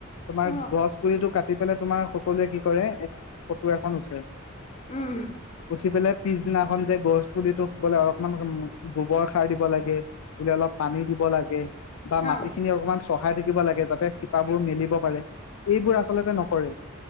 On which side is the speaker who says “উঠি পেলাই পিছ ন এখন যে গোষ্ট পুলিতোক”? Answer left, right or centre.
Left